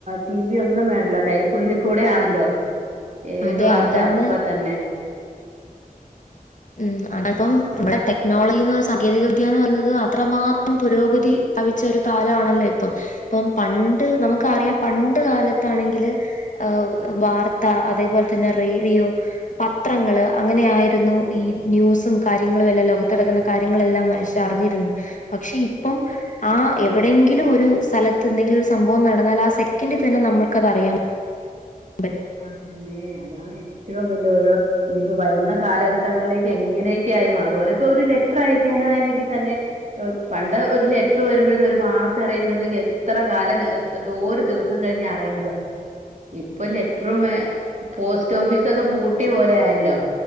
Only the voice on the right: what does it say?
ടി വി ഒന്നും വേണല്ലോ കൈക്കുള്ളിക്കൂടെ ആണല്ലോ ഏത്
വാർത്തയപ്പ
തന്നെ
ഓ
എ
അതല്ലേ അതാണ് ഏറ്റവും വല്ല്യ ഒരോ ഇനിപ്പോ വരുന്ന കാലഘട്ടങ്ങളിലേക്ക് എങ്ങനെക്ക്യായി മാറും അല്ല ഇപ്പൊ ഒരു ലെറ്റർ അയക്കാനായല്ലെങ്കി തന്നെ പണ്ട് ഒരു ലെറ്റർ വരുമ്പോഴുത്തേ ഒരു വാർത്ത അറിയുമ്പോഴത്തേക്ക് എത്ര കാല എന്തോരം ദിവസം കഴിഞ്ഞാ അറിയ്ണത് ഇപ്പല്ലേ ട്ട്രുമേ പോസ്റ്റ് ഓഫീസൊക്കെ പൂട്ട്യ പോലെയായല്ലോ